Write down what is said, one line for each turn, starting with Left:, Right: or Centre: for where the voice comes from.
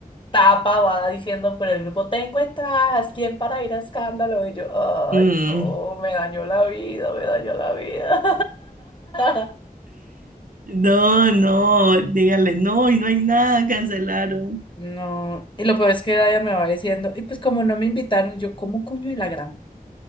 Left: tapa va diciendo por el grupo, tengo entradas, ¿quién para ir a escándalo? Y yo,
Right: Mm.
Left: ay, no, me dañó la vida, me dañó la vida. <laughs>
Right: No, no, dígale, no, y no hay nada, cancelaron.
Left: No, y lo peor es que Daya me va diciendo, y pues como no me invitaron, yo, ¿cómo coño de la gran?